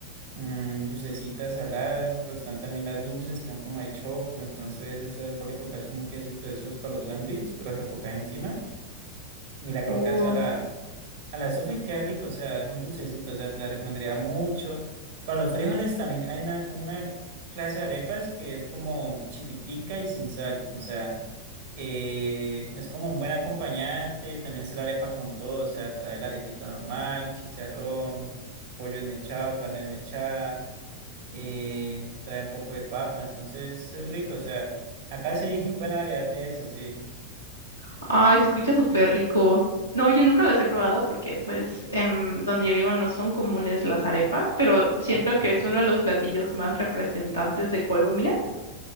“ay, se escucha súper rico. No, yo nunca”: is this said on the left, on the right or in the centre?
Right